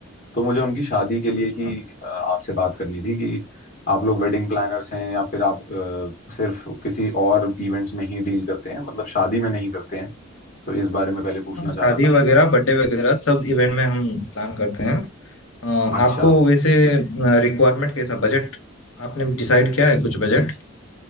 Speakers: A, on the left; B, on the left.
A: तो मुझे उनकी शादी के लिए
B: अच्छा
A: ही अ, आपसे बात करनी थी कि आप लोग वेडिंग प्लानर्स हैं या फिर आप अ, सिर्फ किसी और इवेंट्स में ही डील करते हैं मतलब शादी में नहीं करते हैं तो इस बारे में पहले पूछना
B: हाँ
A: चाह
B: शादी
A: रहा था
B: वगैरह
A: मैं
B: बर्थडे वगैरह सब इवेंट में हम प्लान करते हैं अ,
A: अच्छा
B: आपको वैसे रिक्वायरमेंट कैसा बजट आपने डिसाइड किया है कुछ बजट